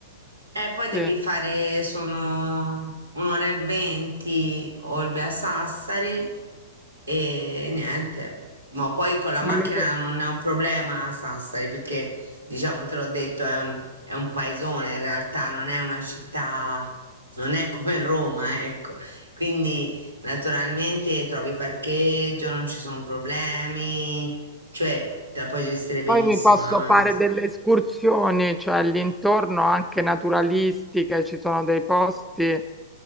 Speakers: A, on the right; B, in the centre.
A: E poi devi
B: sì.
A: fare, sono un'ora e venti Olbia Sassari e niente. Ma poi con la macchina
B: Ma mi-
A: non è un problema a Sassari perché, diciamo, te l'ho detto, è un, è un paesone in realtà, non è una città, non è come Roma, ecco. Quindi Naturalmente trovi parcheggio, non ci sono problemi, cioè te la puoi gestire benissimo
B: Poi mi posso
A: la macchina.
B: fare delle escursioni, cioè all'intorno anche naturalistiche, ci sono dei posti